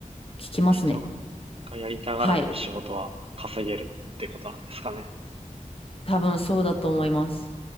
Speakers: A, on the left (about 45°); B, on the right (about 45°).
A: 聞きますね。
B: 人がやりたがらない仕事は稼げるってことなんですかね。
A: はい、多分そうだと思います。